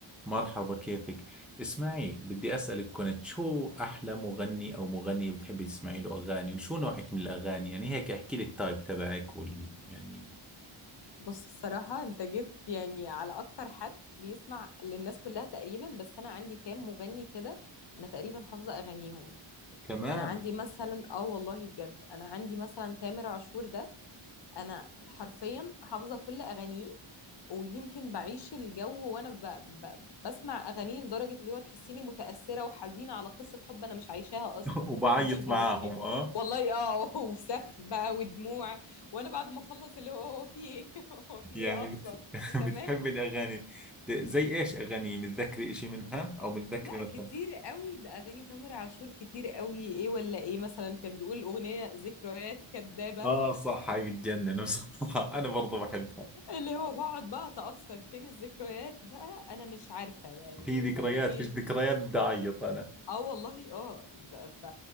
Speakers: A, in the centre; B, on the left.
A: مرحبا كيفك اسمعي بدي أسألك كنت شو أحلى مغني أو مغنية بتحبي تسمعي له أغاني وشو نوعك من الأغاني يعني هيك احكي لي التايب تبعك وال يعني
B: بص الصراحة انت جيت يعني على اكتر حد بيسمع للناس كلها تقريبا بس انا عندي كام مغني كده انا تقريبا حافظة اغانيهم
A: كمان
B: انا عندي مثلا اه والله بجد انا عندي مثلا تامر عاشور ده انا حرفيا حافظه كل اغانيه ويمكن بعيش الجو وانا ب... ب... بسمع اغانيه لدرجه اللي هو تحسيني متاثره وحزينه على قصه حب انا مش عايشاها اصلا
A: <laughs>
B: ما
A: وبعيط
B: تفهمش في
A: معاهم
B: ايه
A: اه
B: <laughs> والله اه <laughs> وسف بقى ودموع وانا بعد ما اخلص اللي هو هو في ايه <laughs> هو في
A: يعني
B: ايه اصلا
A: بت... <laughs>
B: انت تمام
A: بتحبي الأغاني ت- زي إيش أغاني متذكري إشي منها أو متذكري
B: لا
A: مثلا
B: كتير قوي ده اغاني تامر عاشور كتير قوي ايه ولا ايه مثلا كان بيقول اغنيه ذكريات كدابه
A: آه صح هاي بتجنن بصراحة <laughs> أنا برضو بحبها
B: اللي هو بقعد بقى اتأثر فين الذكريات بقى انا مش عارفة يعني
A: في ذكريات
B: ما ما فيش
A: فيش ذكريات بدي أعيط أنا
B: اه والله اه ب- ف...